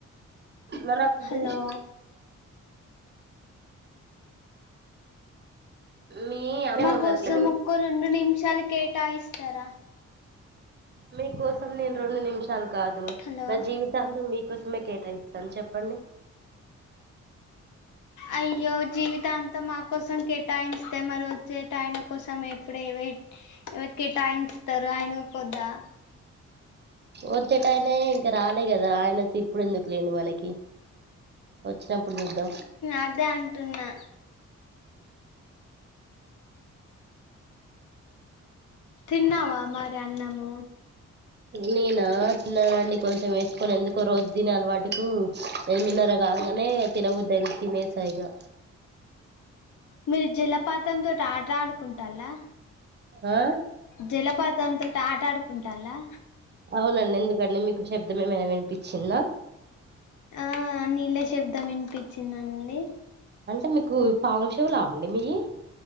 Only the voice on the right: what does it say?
మనకు
బీ పి మీ అమ్మే
వండుతది
మీకోసం నేను రొండు నిమిషాలు కాదు
నా జీవి దాంతో మీ కోసమే కేటాయిస్తాన్ చెప్పండి.
ఒచ్చేటైనే ఇంక రాలే గదా! ఆయనకిప్పుడు ఎందుకు లేంది మనకి. ఒచ్చినప్పుడు జూద్దాం.
నేనా? తిన్నానండి కొంచెం ఏసుకొని, ఎందుకో రోజు దినే అలవాటుకూ. ఎనిమిదినర గాంగనే తినబుద్ది అయింది. తినే సైగా
ఆ
అవునండి, ఎందుకట్ల మీకు శబ్దం ఏమైనా వినిపిచ్చిందా?
అంటే మీకూ, పావు చెవులా అండి మీయి?